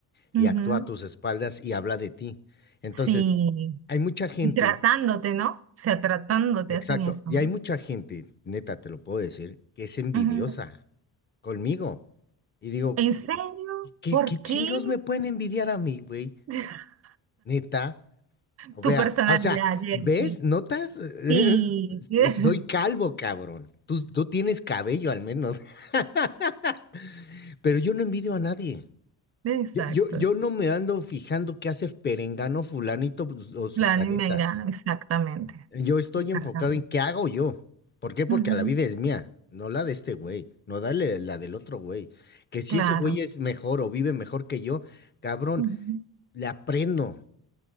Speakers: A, on the right (about 40°); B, on the left (about 25°).
A: ujú,
B: y actúa a tus espaldas y habla de ti. Entonces,
A: Sí,
B: hay mucha gente,
A: y tratándote, ¿no? O sea, tratándote
B: exacto,
A: hacen eso,
B: y
A: ¿no?
B: hay mucha gente, neta, te lo puedo decir, que es envidiosa
A: Ujú.
B: conmigo. Y digo,
A: ¿En serio?
B: ¿qué,
A: ¿Por
B: qué chingados
A: qué?
B: me pueden envidiar a mí, güey?
A: <laughs>
B: Neta. O
A: Tu
B: vea,
A: personalidad,
B: ah, o sea,
A: Jersey.
B: ¿ves? ¿Notas? <laughs>
A: Sí. <laughs>
B: Soy calvo, cabrón. Tú, tú tienes cabello al menos. <laughs> Pero yo no envidio a nadie.
A: Exacto.
B: Yo, yo, yo no me ando fijando qué hace perengano, fulanito pues, o sutaneta.
A: Planning Mengano, exactamente.
B: Yo estoy
A: Exactamente.
B: enfocado en qué hago yo. ¿Por qué? Porque
A: Ujú,
B: la vida es mía, no la de este güey, no dale la del otro güey. Que si
A: Claro.
B: ese güey es mejor o vive mejor que yo, cabrón,
A: Ujú,
B: le aprendo.